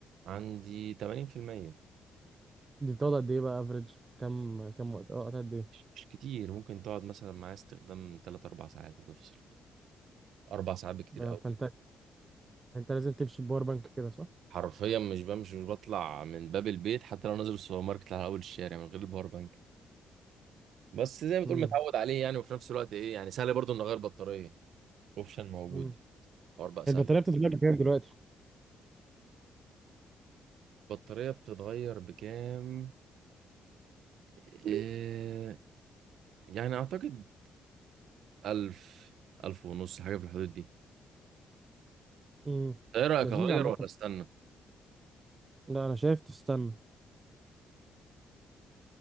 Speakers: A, on the right; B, on the right.
A: عندي 80%
B: دي بتقعد قد ايه بقى افريج كام كام وقت اه قد ايه
A: مش كتير ممكن تقعد مثلا معايا استخدام 3 4 ساعات وتفصل 4 ساعات بكتير
B: ده
A: قوي
B: فانت انت لازم تمشي بباور بانك كده صح
A: حرفيا مش بمشي مش بطلع من باب البيت حتى لو نازل السوبر ماركت على اول الشارع من غير الباور بانك بس زي ما تقول
B: امم
A: متعود عليه يعني وفي نفس الوقت ايه يعني سهل برضو ان اغير بطاريه اوبشن موجود
B: امم
A: حوار بقى سهل
B: البطاريه بتتغير بكام دلوقتي
A: البطاريه بتتغير بكام إيه يعني اعتقد 1000 1000 ونص حاجه في الحدود دي
B: امم
A: ايه رايك
B: لذيذ
A: اغير
B: عامه
A: ولا استنى
B: لا انا شايف تستنى